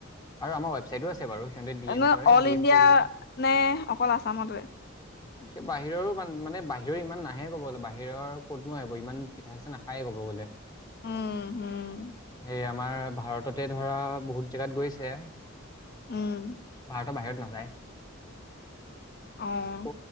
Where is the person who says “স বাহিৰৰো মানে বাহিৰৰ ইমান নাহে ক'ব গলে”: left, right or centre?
Left